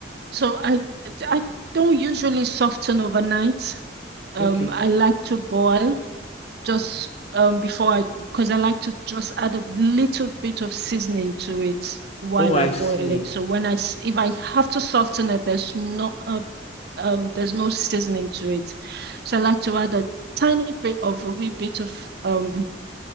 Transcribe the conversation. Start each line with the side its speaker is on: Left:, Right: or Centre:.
Right: so I I don't usually soften overnight. Um,
Left: Okay.
Right: I like to boil just um before I because I like to just add a little bit of seasoning to it while
Left: Oh, I
Right: I boil
Left: see.
Right: it. So when I if I have to soften it, there's not a um there's no seasoning to it. So I like to add a tiny bit of a wee bit of um